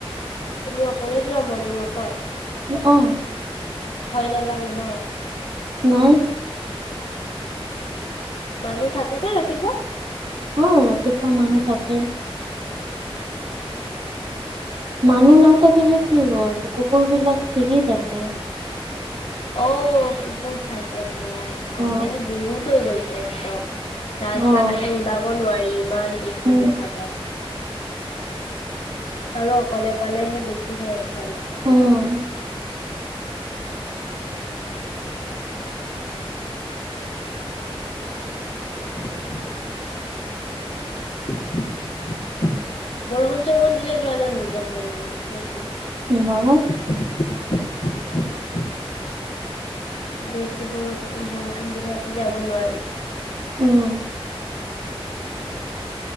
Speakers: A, on the left (about 80°); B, on the right (about 65°).
A: তুমি অকলে যোৱা ৰ্মনিং ৱাকত?
B: অ',
A: ভয় নালাগে ন',
B: নাই।
A: মানুহ থাকে পা ৰাতিপুৱা।
B: অ ৰাতিপুৱা মানুহ থাকে।
A: <unintelligible>
B: মানুহ নাথাকিলে কি হ'ল কুকুৰ বিলাক। টিকি থাকে।
A: অ কুকুৰ থাকে। অ
B: অ
A: আজি কালি বহুত হৈ গৈছে একদম ৰাস্তা
B: অ
A: ঘাটে ওলাব নোৱাৰি ইমান বেছি
B: উম
A: দেখা যায়। আৰু অকলে পালেহে বেছিহে ভয় লাগে।
B: উম
A: বৰষুণ চৰষুণ দিলে যোৱা নে নোযোৱা মৰ্নিংত। ৱাৰ্ক নে কি।
B: নাই
A: হয় হয় <unintelligible> বেচ যদি বৰষুণ বৰষুণ দিলে আকৌ যাব নোৱাৰি। ত <unintelligible>
B: উম